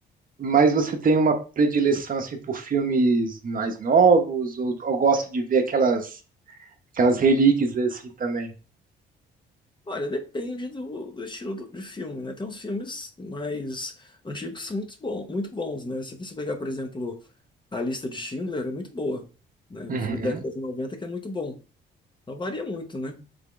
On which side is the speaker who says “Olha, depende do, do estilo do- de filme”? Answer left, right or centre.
Left